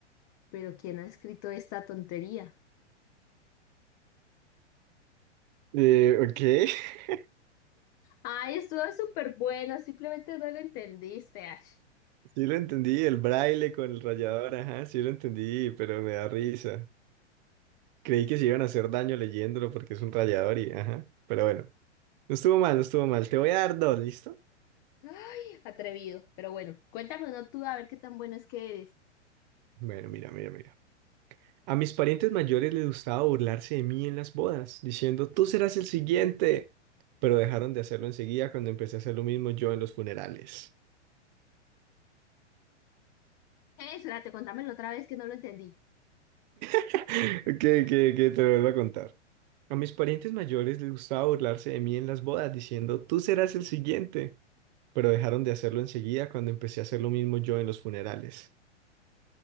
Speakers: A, on the left; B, on the right.
A: ¿pero quién ha escrito esta tontería?
B: Eh, ok, <laughs>
A: Ay, estuvo súper bueno, simplemente no lo entendiste, Ash.
B: sí lo entendí, el braille con el rayador, ajá, sí lo entendí, pero me da risa. Creí que se iban a hacer daño leyéndolo porque es un rayador y, ajá, pero bueno, no estuvo mal, no estuvo mal. Te voy a dar dos, ¿listo?
A: Ay, atrevido. Pero bueno, cuéntame uno tú a ver qué tan bueno es que eres.
B: Bueno, mira, mira, mira. A mis parientes mayores les gustaba burlarse de mí en las bodas, diciendo, tú serás el siguiente. Pero dejaron de hacerlo enseguida cuando empecé a hacer lo mismo yo en los funerales.
A: Eh, espérate, contámelo otra vez que no lo entendí.
B: <laughs> Que, que, que <laughs> te lo vuelvo a contar. A mis parientes mayores les gustaba burlarse de mí en las bodas, diciendo, tú serás el siguiente. Pero dejaron de hacerlo enseguida cuando empecé a hacer lo mismo yo en los funerales.